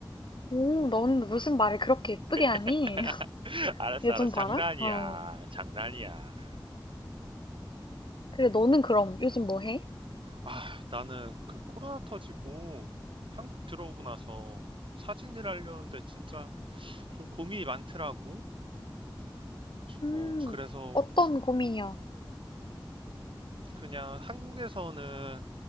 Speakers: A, on the left (about 65°); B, on the right (about 75°).
A: 오, 넌 무슨 말을 그렇게 예쁘게 하니?
B: <laughs>
A: <laughs>
B: 알았어,
A: 얘
B: 알았어.
A: 좀 봐라?
B: 장난이야.
A: 아유.
B: 장난이야.
A: 그래, 너는 그럼 요즘 뭐 해?
B: 아, 나는 그 코로나 터지고 한국 들어오고 나서 사진을 하려는데 진짜 좀 고민이 많더라고.
A: 음,
B: 어, 그래서
A: 어떤 고민이야?
B: 그냥 한국에서는